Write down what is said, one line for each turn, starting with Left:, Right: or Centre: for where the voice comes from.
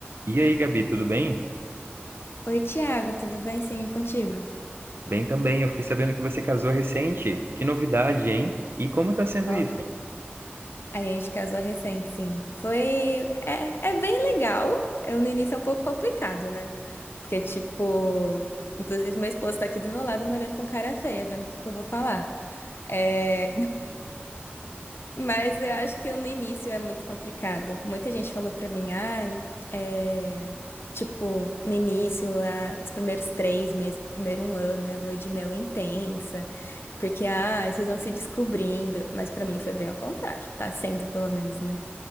Right: E aí, Gabi, tudo bem?
Left: Oi, Tiago, tudo bem? Sim, e contigo?
Right: Bem também. Eu fiquei sabendo que você casou recente. Que novidade, hein? E como tá sendo
Left: Ó,
Right: isso?
Left: a gente casou recente, sim. Foi. É, é bem legal. Eu, no início é um pouco complicado, né? Porque, tipo. Inclusive, meu esposo tá aqui do meu lado me olhando com cara feia, vendo o que que eu vou falar. É, Mas eu acho que no início é muito complicado. Muita gente falou pra mim, ai, é, tipo, no início, a- os primeiros três meses, primeiro um ano, é lua de mel intensa, porque, ai, vocês vão se descobrindo. Mas pra mim foi bem ao contrário, tá sendo pelo menos, né?